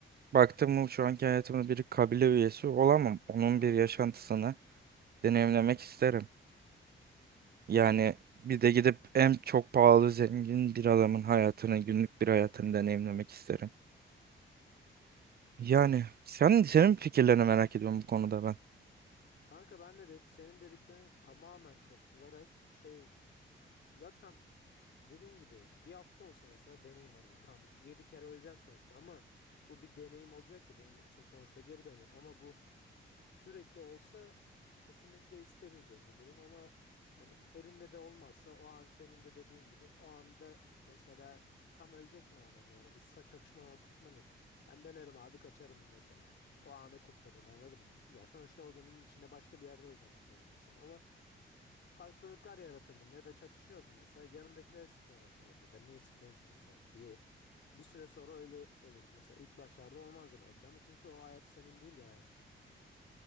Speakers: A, on the right; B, on the left.
A: baktım mı şu anki hayatımda bir kabile üyesi olamam. Onun
B: Aynen.
A: bir yaşantısını deneyimlemek isterim. Yani bir de gidip en çok pahalı zengin bir adamın hayatını, günlük bir hayatını deneyimlemek isterim. Yani sen senin fikirlerini merak ediyorum bu konuda ben.
B: Kanka ben de, de senin dediklerine tamamen katılarak şey zaten dediğin gibi bir hafta olsa mesela deneyim hani tam 7 kere öleceğim sonuçta ama bu bir deneyim olacak ya benim için sonuçta geri dönüyorum ama bu sürekli olsa kesinlikle istemeyeceğim bir durum ama hani elinde de olmazsa o an senin de dediğin gibi o anda mesela tam ölecek mi adam yani biz sa- çatışmanın ortasında mıyız? Ben dönerim abi kaçarım mesela. O anı kurtarırım anladın mı? Ya sonuçta o günün içinde başka bir yerde öleceğim orada ölmezsem ama farklılıklar yaratırdım ya da çatışıyoruz mesela yanımdakileri sıkmaya başlardım birden niye sıkmayayım ki mesela diye bir süre sonra öyle olurdu mesela ilk başlarda olmazdı belki ama çünkü o hayat senin değil ya aslında